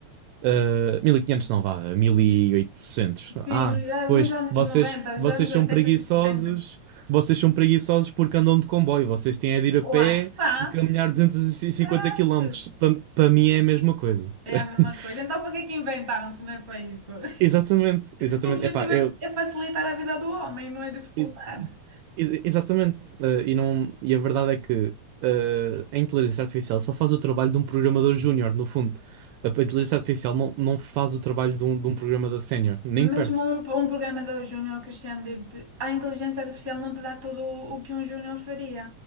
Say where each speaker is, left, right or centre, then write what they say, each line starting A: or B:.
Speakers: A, on the right; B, on the right.
A: Uh, mil e quinhentos não vá, mil e oitocentos
B: Sim,
A: Ah,
B: já
A: pois,
B: nos anos
A: vocês,
B: noventa
A: vocês
B: os anos
A: são
B: 80
A: preguiçosos,
B: e setenta
A: vocês são preguiçosos porque andam de comboio, vocês têm é de ir a pé
B: Lá está.
A: e caminhar duzentos e cinquenta
B: Caraças.
A: km. Para mim é a mesma coisa.
B: É
A: <laughs>
B: a mesma coisa. Então, para que é que inventaram se não é para isso? <laughs>
A: Exatamente, exatamente.
B: O objetivo
A: Epá,
B: é,
A: eu,
B: é facilitar a vida do homem, não é dificultar.
A: ex- ex- exatamente. Uh, e, não, e a verdade é que uh, a inteligência artificial só faz o trabalho de um programador júnior, no fundo. A inteligência artificial não, não faz o trabalho de um, de um programador sénior, nem perto.
B: Mesmo um, um programador júnior, Cristiano, digo-te, a inteligência artificial não te dá tudo o o que um júnior faria.